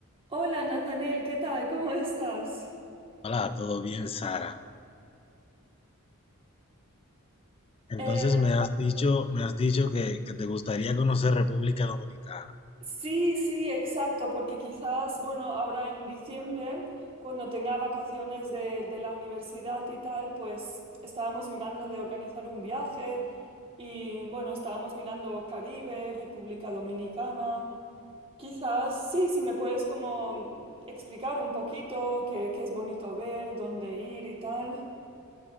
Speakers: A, on the right (about 25°); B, on the left (about 25°).
A: Hola, Nathaniel, ¿qué tal? ¿Cómo estás?
B: Hola, ¿todo bien, Sara? Entonces
A: Eh,
B: me has dicho, me has dicho que, que te gustaría conocer República Dominicana.
A: sí, sí, exacto, porque quizás, bueno, ahora en diciembre, cuando tenga vacaciones de, de la universidad y tal, pues estábamos mirando de organizar un viaje y, bueno, estábamos mirando Caribe, República Dominicana. Quizás, sí, si me puedes como mm, explicar un poquito qué, qué es bonito ver, dónde ir y tal.